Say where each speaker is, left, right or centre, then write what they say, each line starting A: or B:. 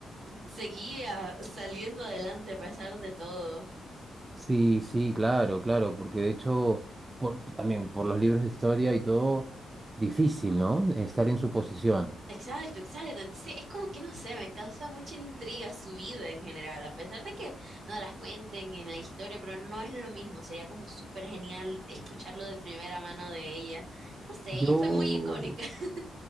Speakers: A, on the right; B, on the right.
A: seguía saliendo adelante a pesar de todo.
B: Sí, sí, claro, claro, porque de hecho, por- también por los libros de historia y todo, difícil, ¿no? Estar en su posición.
A: Exacto, exacto. Entonces es como que no sé, me causa mucha intriga su vida en general, a pesar de que no las cuenten en la historia, pero no es lo mismo. Sería como súper genial escucharlo de primera mano de ella. No sé, ella
B: Yo,
A: fue muy icónica. <laughs>